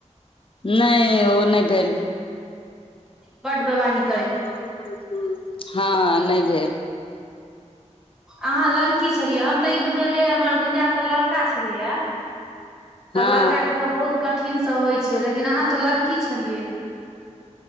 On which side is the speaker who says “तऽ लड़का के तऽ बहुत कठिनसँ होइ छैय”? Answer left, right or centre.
Centre